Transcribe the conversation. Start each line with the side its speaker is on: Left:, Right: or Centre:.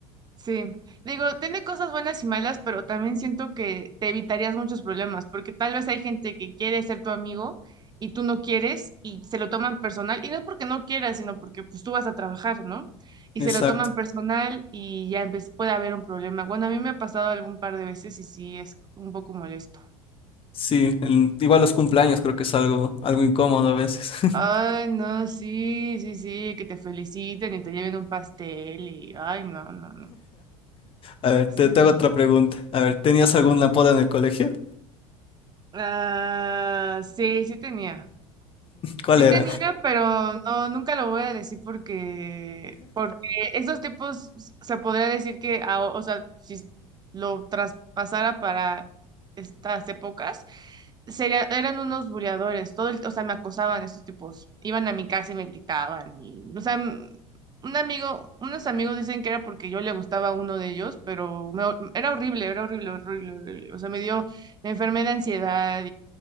Right: Sí, digo, tiene cosas buenas y malas, pero también siento que te evitarías muchos problemas, porque tal vez hay gente que quiere ser tu amigo y tú no quieres y se lo toman personal, y no es porque no quieras, sino porque pues tú vas a trabajar, ¿no? Y
Left: Exacto,
Right: se lo toman personal y ya empe- puede haber un problema. Bueno, a mí me ha pasado algún par de veces y sí, es un poco molesto.
Left: sí. el- igual los cumpleaños creo que es algo, algo incómodo a veces. <laughs>
Right: Ay, no, sí, sí, sí, que te feliciten y te lleven un pastel y, ay, no, no, no.
Left: A ver,
Right: Sí.
Left: te, te hago otra pregunta. A ver, ¿tenías algún apodo en el colegio?
Right: Ah, sí, sí tenía.
Left: ¿Cuál
Right: Sí
Left: era?
Right: tenía, pero no, nunca lo voy a decir porque, porque esos tipos se podría decir que, a- o sea, si lo traspasara para estas épocas, sería, eran unos buleadores, todo el- o sea, me acosaban estos tipos, iban a mi casa y me gritaban, y, o sea, m- un amigo, unos amigos dicen que era porque yo le gustaba a uno de ellos, pero me- era horrible, era horrible, horrible, horrible, o sea, me dio, me enfermé de ansiedad